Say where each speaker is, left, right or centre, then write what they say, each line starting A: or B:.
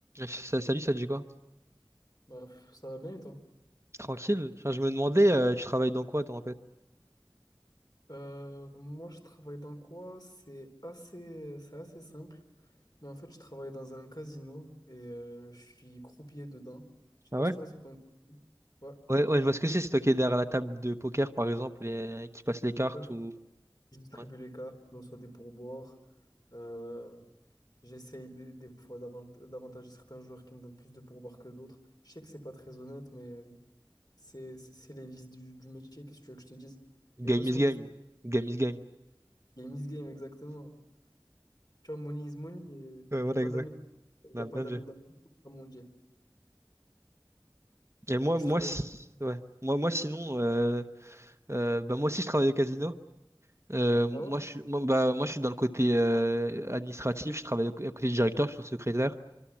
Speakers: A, on the right; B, on the left.
A: Ça- Salut, ça te dit quoi?
B: Bah, pff, ça va bien et toi?
A: Tranquille. Enfin, je me demandais, euh, tu travailles dans quoi, toi, en fait?
B: Euh, moi, je travaille dans quoi? C'est assez, c'est assez simple. Mais en fait, je travaille dans un casino et euh, je suis croupier dedans. Je sais
A: Ah
B: pas
A: ouais?
B: si tu vois, c'est quoi? un croupier Ouais.
A: Ouais, ouais, je vois ce que c'est. C'est toi qui es derrière la table de poker, par exemple, et euh, qui passe les cartes
B: Ouais,
A: ou.
B: Je distribue
A: Ouais.
B: les cartes, je reçois des pourboires. Euh, j'essaye des, des fois d'avant- d'avantager certains joueurs qui me donnent plus de pourboires que d'autres. Je sais que c'est pas très honnête, mais euh, c'est c'est les vices du, du métier. Qu'est-ce que tu veux que je te dise?
A: Game
B: Et toi, sinon,
A: is game.
B: tu fais
A: Game is game.
B: game is game, exactement. Tu vois, money is money. Il
A: Ouais, voilà,
B: n'y a pas
A: exact.
B: d'amis. Il
A: Ah,
B: n'y a pas
A: bien
B: d'amis
A: joué.
B: dans le groupe, comme on dit.
A: Et moi,
B: Toi, tu
A: moi,
B: travailles.
A: si- ouais. Moi, moi, sinon, euh, euh, bah, moi aussi, je travaille au casino. Euh, moi,
B: Ah ouais?
A: je suis, moi, bah, moi, je suis dans le côté euh, administratif. Je travaille au- à côté du directeur, je suis son secrétaire